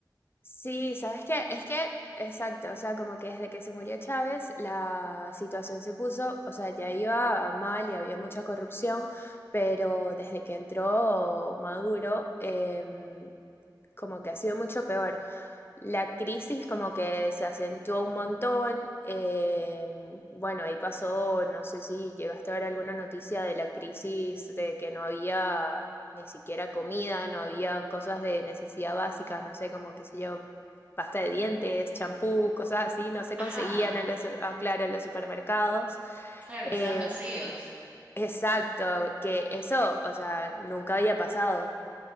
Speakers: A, on the left; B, on the right.
A: Sí, ¿sabes qué? Es que, exacto, o sea, como que desde que se murió Chávez, la situación se puso, o sea, ya iba mal y había mucha corrupción, pero desde que entró Maduro, em, como que ha sido mucho peor. La crisis como que se acentuó un montón. eh, bueno, ahí pasó, no sé si llegaste a ver alguna noticia de la crisis de que no había ni siquiera comida, no había cosas de necesidad básica, no sé, como qué sé yo, pasta de dientes, champú, cosas así, no se conseguían
B: Ajá,
A: en los, ah, claro, en los supermercados.
B: claro
A: Eh,
B: que estaban vacíos.
A: exacto, que eso, o sea, nunca había pasado.